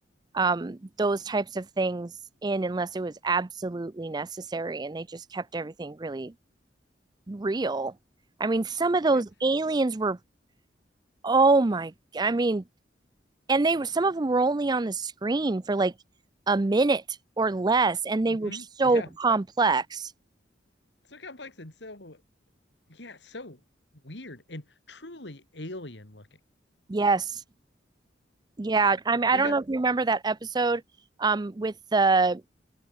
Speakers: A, on the right; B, on the left.
A: um, those types of things in unless it was absolutely necessary. And they just kept everything really real. I mean, some of those
B: Yeah.
A: aliens were, oh my, I mean, and they were, some of them were only on the screen for like a minute or less, and they
B: hmm
A: were so
B: Yeah.
A: complex.
B: So complex and so yeah, so weird and truly alien looking.
A: Yes. Yeah. I mean, I
B: We
A: don't
B: got
A: know if you remember that episode um, with the,